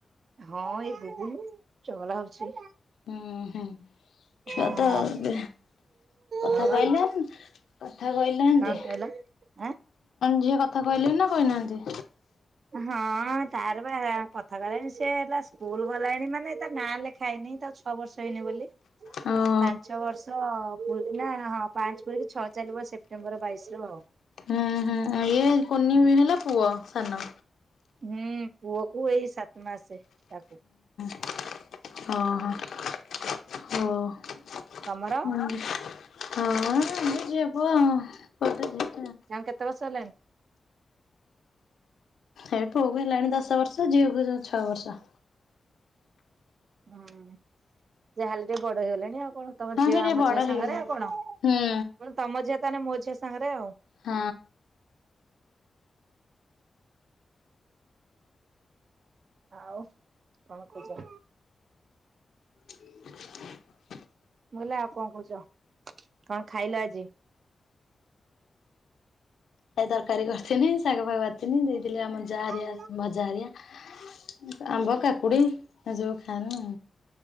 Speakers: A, on the right (about 65°); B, on the left (about 85°).
A: ହଁ ଏଇ ଗୁଗୁଲୁ ଚଗଲା ହଉଛି।
B: ହୁଁ ହୁଁ
A: ହୁଁ।
B: ଛୁଆ ତ ହେବେ। କଥା
A: ହଁ
B: କହିଲା
A: ବା।
B: କଥା କହିଲା ଏନ୍ତି।
A: କଣ କହିଲ? ଆଁ।
B: ଝିଅ କଥା କହିଲେଣି ନା କହିନାହାନ୍ତି।
A: ହଁ ତାର ପା କଥା କହିଲାଣି ସେ ଏଇନା ସ୍କୁଲ ଗଲାଣି ମାନେ ତା ନାଁ ଲେଖା ହେଇନି ତାକୁ। ଛଅ ବର୍ଷ ହେଇନି ବୋଲି।
B: ହୋଉ
A: ପାଞ୍ଚ ବର୍ଷ ପୁରିଲା ହଁ ପାଞ୍ଚ ପୁରି ଛଅ ଚାଲିବ ସେପ୍ଟେମ୍ବର ବାଇଶି ରୁ ଆଉ।
B: ହୁଁ ହୁଁ ଇଏ କୁନି ହେଇ ଗଲା ପୁଅ ସାନ।
A: ହୁଁ ପୁଅକୁ ଏଇ ସାତ ମାସ ତାକୁ।
B: ହଁ ହଁ ହଉ ହୁଁ ହଁ ଏଇ
A: ତମର
B: ଝିଅ ପୁଅ ଆଉ ଗୋଟେ ଝିଅ
A: ତାଙ୍କୁ କେତେ ବର୍ଷ ହେଲାଣି।
B: ଏଇ ପୁଅକୁ ହେଲାଣି ଦଶ ବର୍ଷ ଝିଅକୁ ଛଅ ବର୍ଷ।
A: ହୁଁ ଯାହାହେଲେ ଟିକେ ବଡ ହେଇଗଲେଣି ଆଉ କଣ। ତମ
B: ହଁ
A: ଝିଅ
B: ସେ ଟିକେ
A: ଆମ
B: ବଡ
A: ଝିଅ
B: ହେଇଗଲାଣି।
A: ସାଙ୍ଗରେ ଆଉ କଣ। ମୁଁ କହିଲି
B: ହୁଁ।
A: ତମ ଝିଅ ତାହେଲେ ମୋ ଝିଅ ସାଙ୍ଗରେ ଆଉ।
B: ହୁ
A: ଆଉ କଣ କହୁଚ।
B: <inaudible>
A: ମୁଁ କହିଲି ଆଉ କଣ କହୁଛ କଣ ଖାଇଲ ଆଜି।
B: ଏ ତରକାରୀ କରିଥିନି। ଶାଗ ଭାଗବାତିନୀ ଦେଇଥିଲେ ଆମ ଜାହାରାରିଆ
A: ଉଁ
B: ଭଜା ହାରଆ ଆମ୍ବ କାକୁଡି ଆ ଯୋଉ ଖାନା